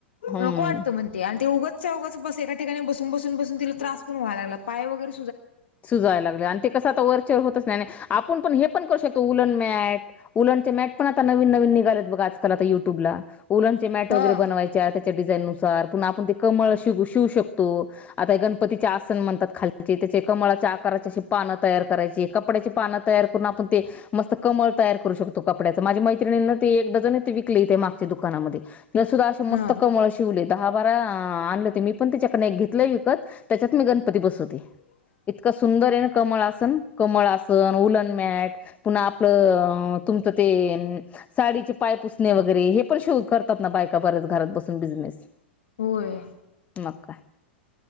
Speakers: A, on the left; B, on the left.
A: हम्म
B: नको वाटत म्हणते आणि ते उग च बस एका ठिकाणी बसून बसून बस तिला त्रास पण व्हाय लागला पाय वगैर
A: सुजायला लागले आणि ते कसं आता वरचेवर होतच नाही आपण पण हे आपण पण करू शकतो उलन मॅट उलन चे मॅट पण आता नवीन नवीन आता परत बघ आज-कालयुट्युब ला ऊलनचे मॅट
B: हा
A: बनवायचे आहे आता डाआपण कम श शकतो आ गणपतीन म्हणतात खा त्या कमळाच्या आकाराचीशी पानं तयार करायची कपड्याची पानं तयार करून आपण ते मस्त कमळ तयार करू शकतो. कपड्याचा माझी मैत्रिणीं ते एकडजन विकली इथे मागच्या दुकानामध्ये यशोदा अशी मस्त
B: हा
A: कमळ शिवलेत. दहा बारा आणलं ते मी पण त्यािच्याकड एक घेतलं विकत त्याच्यात मी गणपती बसवते. इतका सुंदर आहे ना कमळसन कमळासन उलनमॅट पुन्हा आपलं तुमचं ते साडीचे पाय पुसणे वगैरे हे पण शिऊन करतात ना बायका बरच घरात बसून बिझनेस
B: होय.
A: मग काय